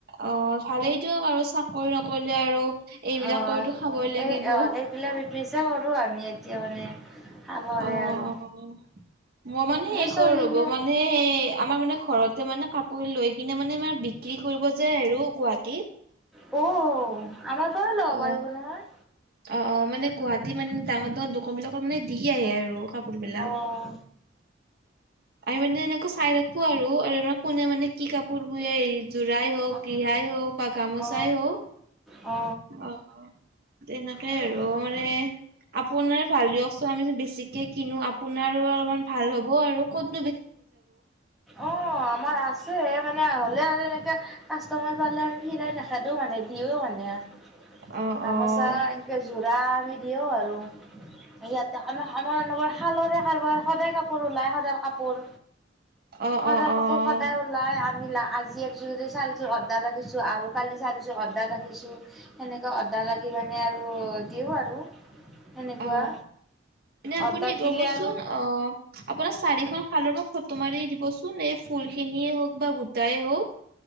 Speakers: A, on the right (about 55°); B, in the centre.
A: অ ভালেই দিয়ক আৰু চাকৰি নকৰিলে আৰু এইবিলাক
B: অ,
A: কৰিতো খাবই লাগিব।
B: এই অ এইবিলাক ই কৰো আমি এতিয়া মানে শালৰে
A: অ
B: আৰু
A: অ, মই মানে
B: এনে
A: হে কৰো
B: চলিলে
A: ৰ'ব মানে সেই আমাৰ মানে ঘৰত মানে কাপোৰ লৈ কিনে মানে মই বিক্ৰী কৰিব যায় আৰু গুৱাহাটীত
B: অ। আমাৰ পৰাও ল'ব
A: অ
B: পাৰিব নহয়
A: অ অ মানে গুৱাহাটী টি, মানে ডাঙৰ ডাঙৰ দোকান বিলাকৰ মানে দি আহে আৰু। কাপোৰ বিলাক।
B: অহ।
A: আমি মানে এনেকে চাই নাথাকো আৰু কোনে মানে কি কাপোৰ বোঁৱে, এ যোৰাই হওক,
B: অ
A: ৰিহাই হওক বা গামোচাই
B: অ
A: হওক,
B: অ
A: অ তেনেকে
B: এনেকে
A: আৰু মানে আপোনাৰ ভাল দিয়ক আমি বেছিকে কিনো আপোনাৰো অলপমান ভাল হ'ব আৰু ক'ত
B: অ, আমাৰ আছে মানে হলে আৰু এনেকে কাষ্টমাৰ পালে সিৰাই নাকাটোও মানে দিও মানে আৰু
A: অ',
B: গামোচা
A: অ'।
B: ইনকে যুৰা আমি দিওঁ আৰু ইয়াতে আম আমৰ খালৰে বাৰ সদায় কাপোৰ ওলাই স <inaudible> কুকুৰ
A: অ',
B: সদায়
A: অ', অ',
B: কাপোৰ সদায় ওলাই আৰু আজি একযোৰদি চাৰিযোৰ অৰ্ডাৰ ৰাখিছোঁ আৰু কালি চাৰিযোৰ অৰ্ডাৰ ৰাখিছোঁ সেনেকৈ অৰ্ডাৰ ৰাখি মানে আৰু দিওঁ আৰু সেনেকুৱা।
A: অ এনে আপুনি
B: অৰ্ডাৰ
A: ৰব
B: দিলে
A: চোন
B: আৰু
A: অ আপোনাৰ চাৰিশ ফালৰ ফটো মাৰি দিবচোন এই ফুল খিনিয়ে হওক বা বোটাই হওক